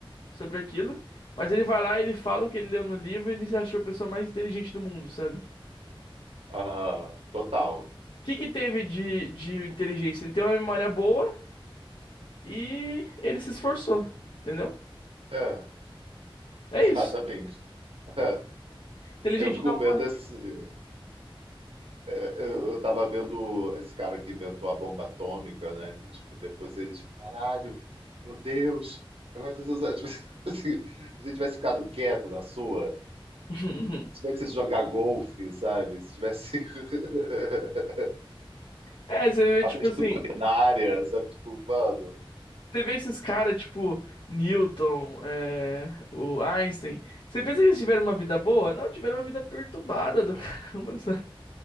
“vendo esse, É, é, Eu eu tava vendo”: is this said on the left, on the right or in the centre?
Right